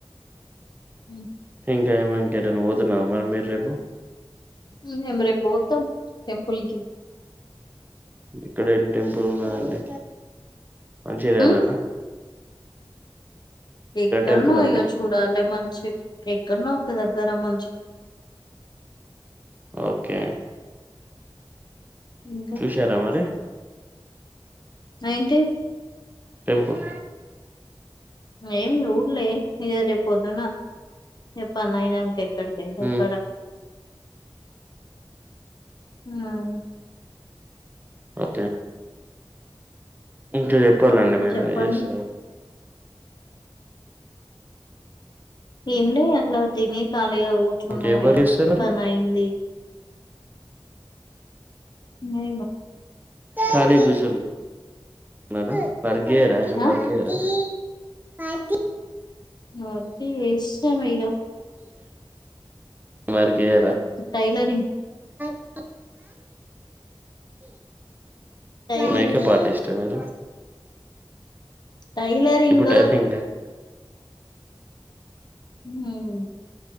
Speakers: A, on the left; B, on the right.
A: హ్మ్.
B: ఇంకా ఏమి ఇంకా ఎక్కడ అన్నా పోతున్నారా మరి మీరు రేపు
A: ఉహు మేము రేపు పోతాం టెంపుల్ కి
B: ఇక్కడ ఏమి టెంపుల్ ఉన్నాయండి మంచిగ చేయాలన
A: హ్మ్. ఎక్కడనో
B: టెంపుల్ అండి
A: ఇక చూడాలి మంచి ఎక్కడనో ఒక దగ్గర మం
B: ఓకే
A: ఇంకా
B: చూసారా మరి
A: ఏంటి?
B: టెంపుల్
A: ఏమి చూడ్లే ఇగ రేపు పొద్దున ఎప్పన్నానా ఇంకా ఎక్కడికైతే
B: ఉమ్
A: అక్కడ ఉమ్
B: అదే ఇంకా చెప్ చెప్పాలండి
A: ఇంకా
B: మీరు
A: చెప్పండి.
B: ఏం చేస్తారు
A: ఏం లే అట్లా తిని కాలి ఇగా కూర్చున్నాం
B: ఇంకేం వర్క్
A: ఇగ
B: చేస్తారు మరి
A: పని అయింది నే
B: ఖాళీ కూర్చొని ఉన్నారా వర్క్ చేయరా ఏం
A: ఆ?
B: వర్క్ చేయరా పార్కింగ్
A: వర్క్ చేస్తా మిగా
B: మరి చేయరా
A: టైలరింగ్
B: అ
A: టైలరింగ్
B: మేకప్ ఆర్టిస్ట్ ఆ మీరు <inaudible>
A: టైలరింగ్
B: ఇప్పుడు టైలరింగ్ ఆ
A: హ్మ్ హలో